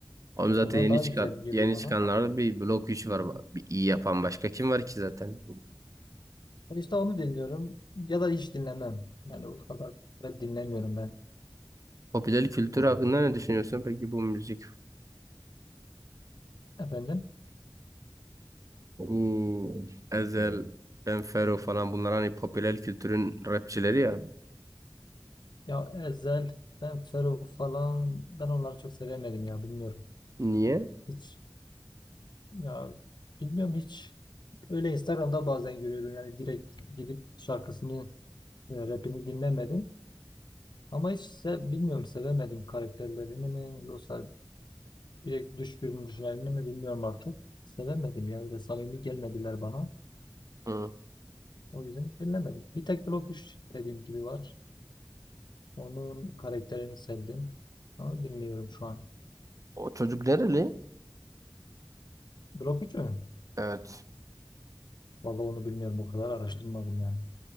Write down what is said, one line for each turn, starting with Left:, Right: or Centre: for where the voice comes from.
Right: Oğlum zaten
Left: Onlar
Right: yeni
Left: daha
Right: çıkan
Left: güzel geliyor
Right: yeni
Left: bana.
Right: çıkanlarda bir blok 3 var. Bir iyi yapan başka kim var ki zaten?
Left: Yani İşte onu dinliyorum ya da hiç dinlemem. Yani o kadar da dinlemiyorum ben.
Right: Popüler kültür hakkında ne düşünüyorsun? Peki bu müzik,
Left: Efendim?
Right: bu Ezel, Ben Fero falan bunlar hani popüler kültürün rapçileri ya.
Left: Ya Ezhel, ben Ferruh falan ben onları çok sevemedim ya bilmiyorum.
Right: Niye?
Left: Hiç ya bilmiyorum hiç. Öyle Instagram'da bazen görüyordum yani direkt gidip şarkısını e, rapini dinlemedim. Ama hiç se- bilmiyorum sevemedim karakterlerini mi yoksa direkt dış görünüşlerini mi bilmiyorum artık. Sevemedim ya ve samimi gelmediler bana.
Right: Hı.
Left: O yüzden dinlemedim. Bir tek Blok 3 dediğim gibi var. Onun karakterini sevdim. Ama bilmiyorum şu an.
Right: O çocuk nereli?
Left: Blok 3 mü?
Right: Evet.
Left: Vallahi onu bilmiyorum. O kadar araştırmadım yani.